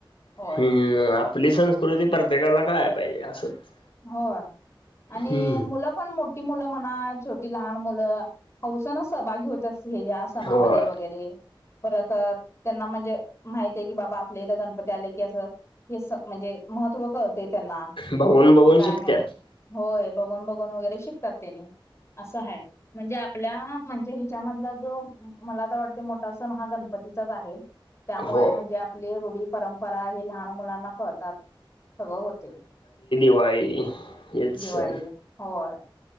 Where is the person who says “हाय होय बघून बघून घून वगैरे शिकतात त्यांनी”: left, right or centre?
Left